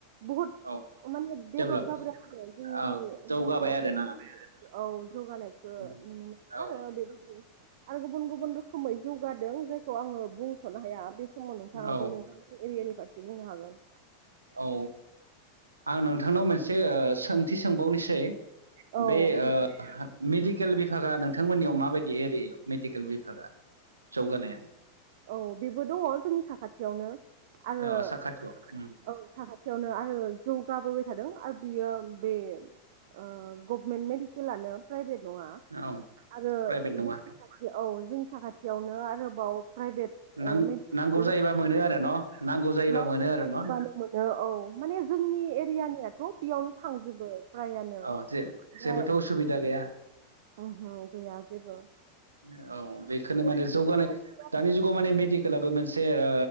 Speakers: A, on the right; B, on the right.
A: बुहुत
B: औ
A: माने डेब्लप
B: डेभलप
A: जाबोदों आरो जोंनि
B: औ
A: जोंनियावहाय
B: जौगाबाय आरोना
A: <inaudible> औ जौगानायखो नुनो
B: उम
A: मोनदों
B: औ
A: आरो बेबायदि आरो गुबुन गुबुन रोखोमै जौगादों जायखौ आङो बुंस'नो हाया बे समाव नोंथाङाबो
B: औ
A: नोंथांनि एरियानि फारसे बुंनो हागोन।
B: औ आं नोंथांनाव मोनसे ओ सोंथि सोंबावनोसै?
A: औ
B: बे
A: संख्रि
B: ओ मेदि केल बिभागा नोंथांमोननियाव माबायदि एरियायाव मेडिकेल बिभागा जौगानाया
A: औ बेबो दङ जोंनि साखाथियावनो आरो
B: औ
A: औ
B: साखाथियाव उम
A: साखाथियावनो आरो जौगाबो थादों आरो बियो बे ओ गभमेन्ट मेडिकेलानो प्राइभेट नङा
B: औ
A: आरो
B: प्राइभेट
A: जोंनि
B: नङा
A: साखाथि औ जोंनि साखाथियावनो आरोबाव प्राइभेट
B: नां
A: ओ मेडिकेल
B: नांगौ
A: बेबायदि
B: जायोबा
A: सोलिबाय
B: मोनो आरो
A: दं।
B: न' जायोबा
A: नांगौ
B: मोनो
A: नांगौबानो
B: आरो न'
A: मोनो औ औ माने जोंनि एरियानियाथ' बेयावनो थांजोबो फ्रायानो।
B: अ जे
A: ओमफ्राय
B: जेबोथ'
A: औ
B: उसुबिदा गैया
A: ओहो गैया जेबो
B: औ बेखौनो
A: <unintelligible>
B: माने जौगानाय दानि जुगाव माने मेडिकेलाबो मोनसे ओ